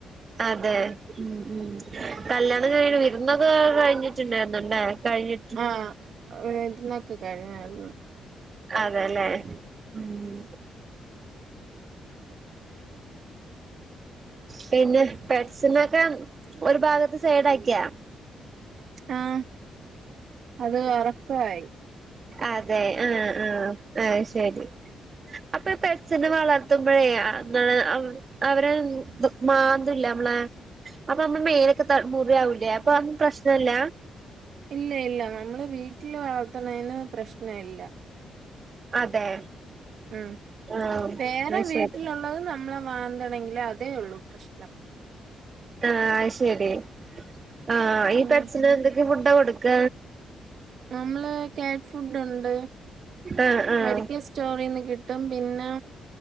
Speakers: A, on the right (about 45°); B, on the right (about 60°).
A: അതെ ഉം ഉം കല്യാണം കഴിഞ്ഞ് വിര്ന്നൊക്കെ കഴിഞ്ഞിട്ട്ണ്ടായിരുന്നുല്ലേ കഴിഞ്ഞി
B: ആഹ് വിര്ന്നൊക്കെ കഴിഞ്ഞാര്ന്നു
A: അതേല്ലേ? ഉം പിന്നെ പെറ്റ്സിന്നൊക്കെ ഒരു ഭാഗത്ത് സൈടാക്കിയാ?
B: ആഹ് അവര് ഒറക്കവായി
A: അതെ ആഹ് ആഹ് അയ്ശരി അപ്പം ഈ പെറ്റ്സിനെ വളർത്തുമ്പഴേ, എന്താണ് അവര് ന്ത്‌ മാന്തില്ലെ നമ്മളെ? അപ്പൊ അമ്മളെ മേലൊക്കെ ത മുറിയാവൂലേ അപ്പതൊന്നും പ്രശ്നല്ല
B: ഇല്ലയില്ല നമ്മള് വീട്ടില് വളർത്തണേന് പ്രശ്ന ഇല്ല
A: അതെ
B: ആഹ്
A: ആ
B: വേറെ
A: അത്
B: വീട്ടിലുള്ളത്
A: ശരി
B: നമ്മളെ മാന്തണെങ്കില് അതേ ഒള്ളൂ പ്രശ്നം
A: ആഹ് അയ്ശരി ആഹ് ഈ
B: ഉം
A: പെറ്റ്സിന് ക എന്ത്‌ ഫുഡ കൊടുക്ക?
B: നമ്മള് കാറ്റ് ഫുഡുണ്ട്
A: ആഹ് ആഹ്
B: മെഡിക്ക സ്റ്റോളിന്ന് കിട്ടും പിന്നെ